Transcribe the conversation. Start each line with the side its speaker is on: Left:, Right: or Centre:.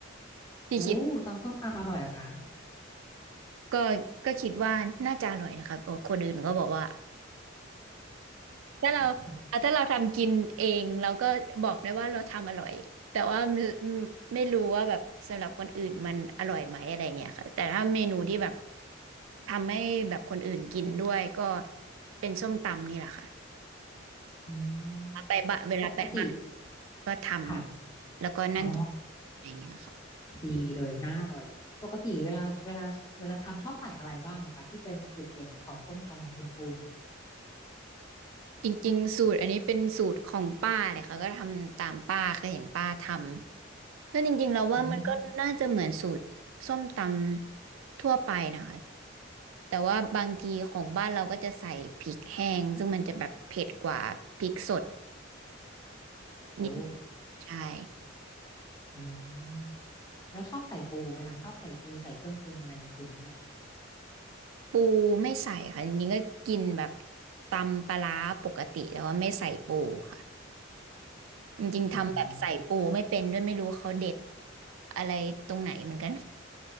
Right: ๆ <laughs> ที่คิด
Left: โอ้ตำส้มตำอร่อยเหรอะคะ
Right: ก็ก็คิดว่าน่าจะอร่อยนะคะเพราะคนอื่นก็บอกว่า ถ้าเราอ่ะถ้าเราทำกินเองเราก็บอกได้ว่าเราทำอร่อยแต่ว่าไม่
Left: <laughs>
Right: ไม่รู้ว่าแบบสำหรับคนอื่นมันอร่อยไหมอะไรเงี้ยค่ะแต่ถ้าเมนูที่แบบทำให้แบบคนอื่นกินด้วยก็เป็นส้มตำนี่แหละค่ะ
Left: อืมปกติ
Right: ไปบ้านเวลาไปบ้านก็ท
Left: ค่ะ
Right: ำแล้วก็นั่งกิน
Left: อ๋อ
Right: อะไรเงี้ยค่ะ
Left: ดีเลยน่าอร่อยปกติเวลาเวลาเวลาทำชอบใส่อะไรบ้างอะคะที่เป็นจุดเด่นของส้มตำของคุณปูน
Right: จริงๆสูตรอันนี้เป็นสูตรของป้าเลยค่ะก็ทำตามป้าเคยเห็นป้าทำ ก็จริงๆเราว่ามันก็น่าจะเหมือนสูตรส้มต
Left: อืม
Right: ำทั่วไปนะคะแต่ว่าบางทีของบ้านเราก็จะใส่พริกแห้งซึ่งมันจะแบบเผ็ดกว่าพริกสด
Left: โอ้
Right: นิดนึงใช่
Left: อืมแล้วชอบใส่ปูไหมคะชอบใส่ปูใส่เครื่องปรุงอะไรอย่างอื่นไหมเอ่ย
Right: ปูไม่ใส่ค่ะจริงๆก็กินแบบตำปลาร้าปกติแต่ว่าไม่ใส่ปูค่ะจริงๆทำแบบใส่ปูไม่เป็นด้วยไม่รู้เขาเด็ด
Left: อืม
Right: อะไรตรงไหนเหมือนกัน